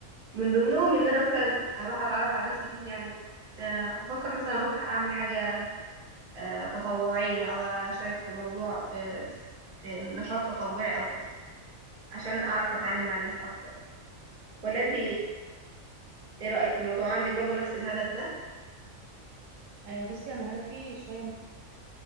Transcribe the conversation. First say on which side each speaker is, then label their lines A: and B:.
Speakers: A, on the right; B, on the right.
A: من ضمنهم إن أنا مثلا
B: طب ده حلو
A: أروح أتعرف على ناس كتير يعني آه، بفكر مثلا أروح أعمل حاجة آه، تطوعية أو أشارك في موضوع في في نشاط تطوعي أو كده عشان أعرف أتعامل
B: مم.
A: مع الناس أكتر ولا أنت إيه رأيك في الموضوع عندك برضو نفس الهدف ده؟
B: أه بصي انا هدفي شوية